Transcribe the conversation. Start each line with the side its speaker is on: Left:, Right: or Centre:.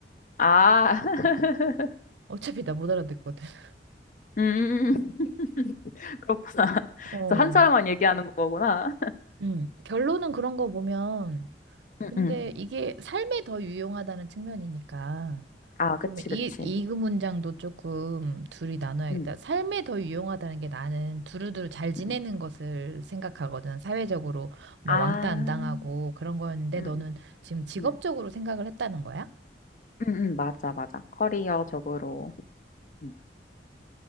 Left: 아, <laughs>
Right: 어차피 나 못 알아듣거든. <laughs>
Left: 음, <laughs> 그렇구나.
Right: 어.
Left: 그래서 한 사람만 얘기하는 거구나.
Right: 음. 결론은 그런 거 보면
Left: 응,
Right: 근데
Left: 응.
Right: 이게 삶에 더 유용하다는 측면이니까.
Left: 아, 그치,
Right: 그러면 이,
Left: 그치.
Right: 이 문장도 조금 둘이 나눠야겠다.
Left: 응,
Right: 삶에 더 유용하다는 게 나는 두루두루 잘 지내는
Left: 응.
Right: 것을 생각하거든. 사회적으로 뭐
Left: 아,
Right: 왕따 안 당하고 그런 거였는데
Left: 응,
Right: 너는
Left: 응,
Right: 지금 직업적으로
Left: 응.
Right: 생각을 했다는 거야?
Left: 응, 응, 맞아, 맞아. 커리어적으로. 응.